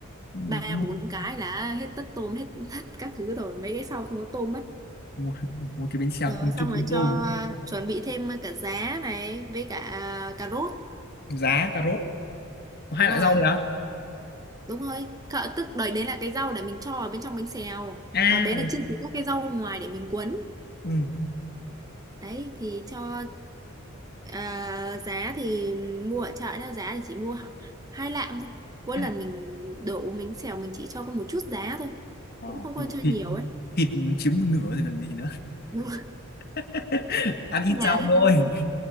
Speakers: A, on the left; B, on the right.
A: Ừ,
B: ba
A: mua,
B: bốn cái là hết tất tôm hết tất các thứ rồi mấy cái sau không có tôm mất
A: mua, mua cái bánh xèo
B: rồi
A: từng chục
B: xong rồi
A: con
B: cho
A: tôm
B: à, chuẩn bị thêm cả giá này với cả à, cà rốt
A: giá cà rốt có hai
B: đúng
A: loại
B: rồi
A: rau nữa à
B: đúng rồi cỡ tức đấy đấy là cái rau để mình cho ở bên trong bánh xèo
A: À,
B: còn đấy là chưa tính các cái rau ngoài để mình cuốn
A: ừ
B: đấy thì cho à, giá thì mua ở chợ nha giá thì chỉ mua khoảng hai lạng thôi mỗi
A: hai
B: lần
A: loại.
B: mình đổ mình xẻo mình chỉ cho có một chút giá thôi
A: ờ
B: cũng không có
A: ừ,
B: cho
A: thịt
B: nhiều ấy
A: thịt chiếm một nửa rồi còn gì nữa
B: đúng rồi.
A: <laughs> ăn ít
B: <laughs> nhà
A: rau thôi
B: ăn